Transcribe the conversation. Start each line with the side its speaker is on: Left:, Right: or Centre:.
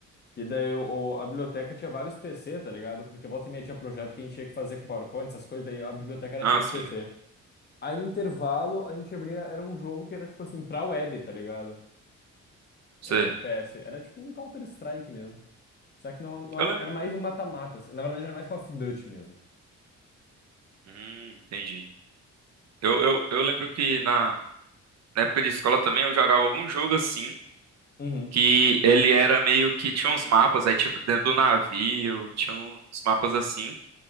Left: E daí o, o- a biblioteca tinha vários PC, tá ligado? Porque volta e meia tinha projeto que a gente tinha que fazer com PowerPoint, essas coisas, daí a biblioteca era
Right: Ah,
Left: cheia
Right: sim,
Left: de PC. Aí no intervalo a gente abria, era um jogo que era tipo assim, pra web, tá ligado?
Right: sei.
Left: Era um FPS. Era tipo um Counter-Strike mesmo. Só que não, não
Right: Eu
Left: era,
Right: lembro.
Left: era mais um mata-mata, assim. Na verdade era mais Call of Duty mesmo.
Right: Hum, entendi. Eu, eu, eu lembro que na, na época de escola também eu jogava algum jogo assim.
Left: Uhum,
Right: que ele era meio que tinha uns mapas aí tipo dentro do navio, tinha uns mapas assim,